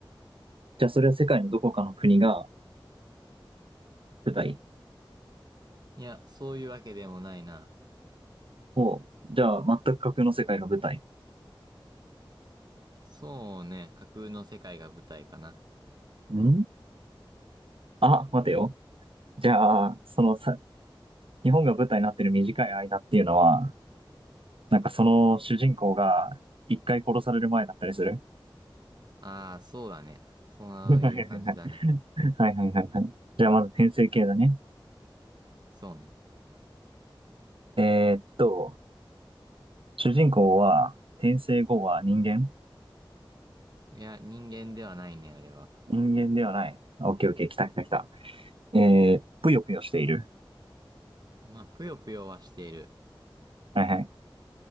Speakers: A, on the right; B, on the right.
A: じゃあそれは世界のどこかの国が舞台
B: いや、そういうわけでもないな。
A: を、じゃあ全く架空の世界が舞台。
B: そうね。架空の世界が舞台かな。
A: んあ、待てよ。じゃあ、そのさ、日本が舞台になってる短い間っていうのは、なんかその主人公が一回殺される前だったりする
B: ああ、そうだね。そういう感じだね。
A: <laughs> はいはいはいはいはいはい。じゃあまず転生系だね。
B: そうね。
A: えーっと、主人公は転生後は人間
B: いや、人間ではないね、あれは。
A: 人間ではない。あオッケーオッケー、来た来た来た。えー、ぷよぷよしている。
B: まあ、ぷよぷよはしている。
A: はいはい。